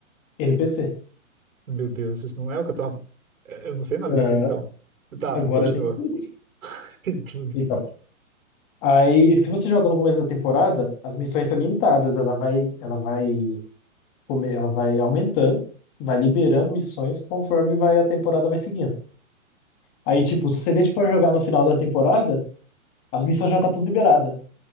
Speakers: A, on the left; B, on the right.
A: NPC.
B: Meu Deus, isso não é o que eu tava. é, Eu não sei nada
A: É,
B: disso então. Tá,
A: agora
B: continua.
A: tem tudo.
B: <laughs> Tem tudo.
A: Então, aí, se você joga no começo da temporada, as missões são limitadas. Ela vai, ela vai, come- ela vai aumentando, vai liberando missões conforme vai a temporada vai seguindo. Aí, tipo, se você deixa pra jogar no final da temporada, as missões já tá tudo liberada.